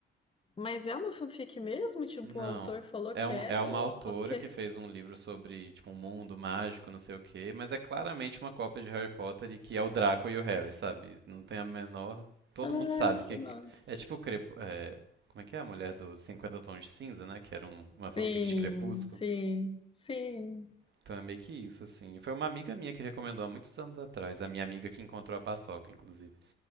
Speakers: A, on the left; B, on the right.
A: Mas é uma fanfic mesmo? Tipo,
B: Não,
A: o autor falou
B: é
A: que
B: um,
A: é?
B: é uma
A: Ou
B: autora
A: você.
B: que fez um livro sobre, tipo, um mundo mágico, não sei o quê, mas é claramente uma cópia de Harry Potter e que é o Draco e o Harry, sabe? Não tem a menor, todo
A: Ai,
B: mundo sabe
A: que
B: que
A: massa.
B: que- é tipo Crep... é, como é que é a mulher do Cinquenta Tons de Cinza, né? Que era um- uma fanfic
A: Sim,
B: de Crepúsculo.
A: sim, sim.
B: Então é meio que isso, assim. Foi uma amiga minha que recomendou há muitos anos atrás, a minha amiga que encontrou a paçoca, inclusive.